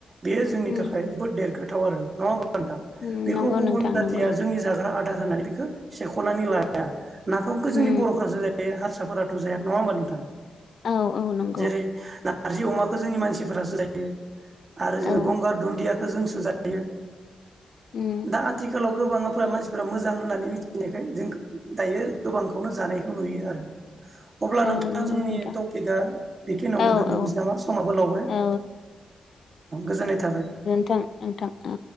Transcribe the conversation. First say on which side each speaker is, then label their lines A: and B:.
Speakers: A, on the right; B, on the left.
A: बेयो जोंनि
B: उम
A: थाखाय जोबोद देरगाथाव आरो नङा होनबा
B: उम
A: बेखौ
B: नंगौ
A: गुबुन
B: नोंथां
A: जाथिया
B: नंगौ
A: जोंनि जाग्रा आदार होननानै बेखौ सेखनानै लाया। नाफामखौ
B: उम
A: जोंनि बर'फ्रासो जायो। बे हारसाफोराथ' जाया नङा होमबा नोंथां।
B: औ औ नंगौ
A: जेरै ना नारजि अमाखौ जोंनि मानसिफोरासो जायो। आरो जों
B: औ
A: गंगार दुन्दिया खो जोंसो जायो।
B: उम
A: दा आथिखालाव गोबाङाफोरा मानसिफोरा मोजां होननानै मिथिनायखाय जों दायो गोबांखौनो जानायखौ नुयो आरो। अब्ला
B: औ
A: नोंथां
B: नंगौ
A: जोंनि
B: नोंथां
A: टपिकआ बिखिनायावनो
B: औ
A: दोनथ'नोसै
B: औ
A: नामा समाबो लावबाय
B: औ
A: गोजोननाय थाबाय।
B: थों नोंथां अ।